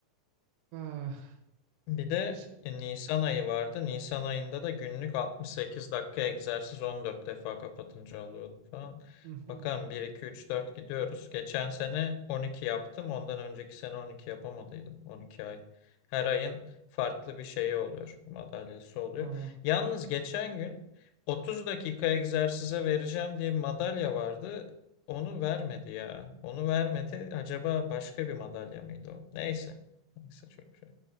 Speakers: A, on the right; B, on the left.
A: Ah,
B: Bir de
A: şey.
B: e, Nisan ayı vardı. Nisan ayında da günlük 68 dakika egzersiz 14 defa kapatınca alıyordum falan.
A: Hı hı.
B: Bakalım bir 2 3 4 gidiyoruz. Geçen sene 12 yaptım. Ondan önceki sene 12 yapamadıydım. 12 ay. Her ayın farklı bir şeyi oluyor. Madalyası oluyor.
A: Ah.
B: Yalnız geçen gün 30 dakika egzersize vereceğim diye bir madalya vardı. Onu vermedi ya. Onu vermedi. Acaba başka bir madalya mıydı o? Neyse. Neyse çok şey.